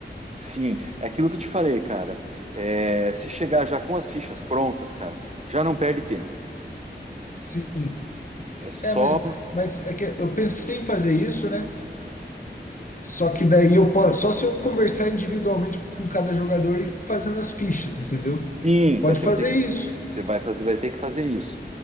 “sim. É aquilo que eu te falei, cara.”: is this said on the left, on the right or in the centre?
Right